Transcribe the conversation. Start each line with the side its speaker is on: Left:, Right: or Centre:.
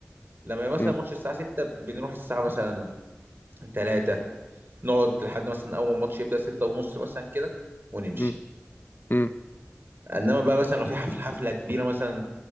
Right: لما يبقى مثلا
Left: امم
Right: ماتش الساعة 6 بنروح الساعة مثلا 3 نقعد لحد مثلا أول ما الماتش يبدأ 6 ونص مثلا كده ونمشي
Left: امم امم
Right: انما بقى مثلا لو في حفله حفله كبيره مثلا